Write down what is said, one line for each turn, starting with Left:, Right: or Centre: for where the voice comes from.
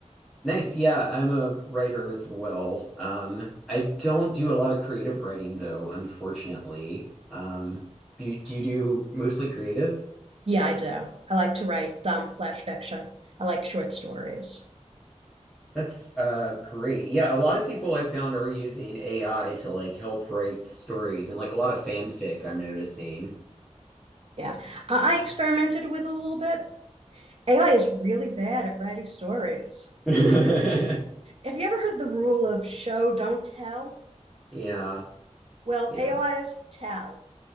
Centre: Nice. Yeah, I'm a writer as well. Um, I don't do a lot of creative writing though, unfortunately. Um, do, do you do mostly creative?
Right: Yeah, I do. I like to write um, flash fiction. I like short stories.
Centre: That's uh great. Yeah, a lot of people I found are using AI to like help write stories and like a lot of fanfic I'm noticing.
Right: Yeah. I I experimented with a little bit. AI is really bad at writing stories.
Centre: <laughs>
Right: Have you ever heard the rule of show, don't tell?
Centre: Yeah,
Right: Well,
Centre: yeah.
Right: A is tell.